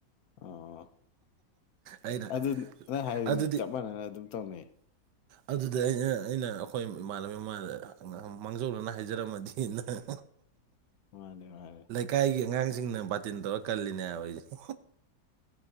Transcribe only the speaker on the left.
ꯑꯣ
ꯑꯗꯨ ꯅꯪ ꯍꯥꯏꯔꯤꯗꯨꯗꯤ
ꯆꯞ ꯃꯥꯟꯅꯅ ꯑꯗꯨꯝ ꯇꯧꯅꯩ
ꯃꯥꯟꯅꯦ ꯃꯥꯟꯅꯦ